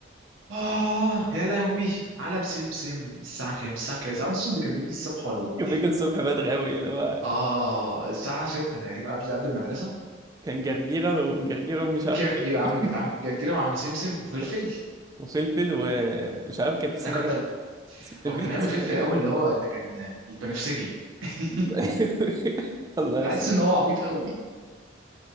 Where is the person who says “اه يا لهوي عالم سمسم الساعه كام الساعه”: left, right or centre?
Right